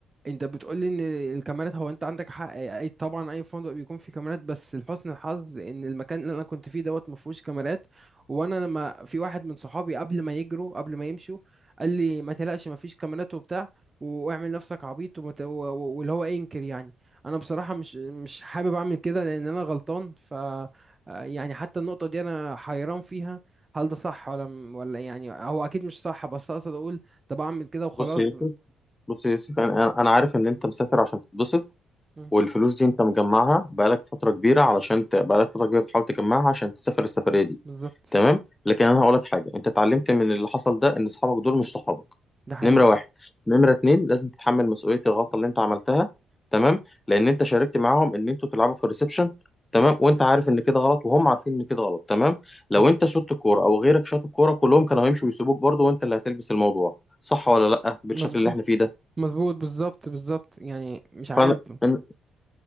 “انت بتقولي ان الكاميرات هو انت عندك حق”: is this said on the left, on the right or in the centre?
Right